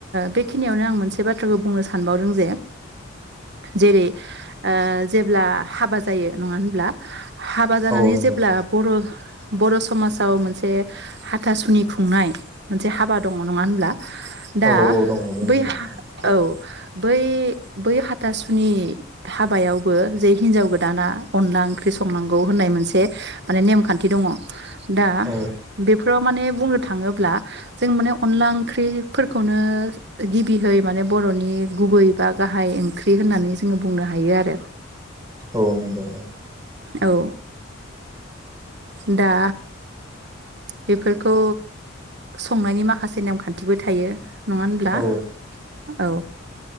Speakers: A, on the right; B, on the right.
A: बेखिनियावनो आं मोनसे बाथ्राखौ बुंनो सानबावदों जे जेरै जेब्ला हाबा जायो नङा होनब्ला? हाबा जानानै
B: नंगौ
A: जेब्ला बर' बर' समाजाव मोनसे ह खथासुनि खुंनाय मोनसे हाबा दङ नङा होनब्ला? दा
B: औ दङ
A: बैहा
B: बेनो दं
A: औ बै बै हाथासुनि हाबायावबो जे हिनजाव गोदाना अनला ओंख्रि संनांगौ होननाय मोनसे मान नेमखान्थि दङ दा
B: औ
A: बेफोराव बुंनो थाङोब <unintelligible> ज म अ ओं ग म बर'नि गुबै बा गाहाय ओंख्रि होननानै जोङो बुंनो हायो आरो।
B: औ नंगौ
A: औ दा बेफोरखौ संनायनि माखासे नेमखान्थिबो थायो। नङा होनब्ला
B: औ
A: औ ओ